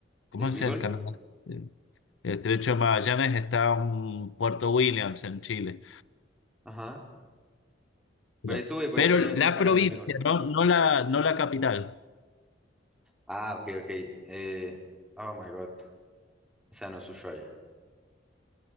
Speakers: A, on the left; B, in the centre.
A: ¿Cómo
B: de
A: es
B: Beagle.
A: el canal? El el Estrecho de Magallanes está en Puerto Williams, en Chile.
B: Ajá,
A: Pero,
B: Pero estuve, pero
A: pero
B: estuve en
A: la
B: el canal
A: provincia,
B: del Bigol.
A: no, no la, no la capital.
B: Ah, ok, ok. Eh, oh my God. O sea, no es Ushuaia.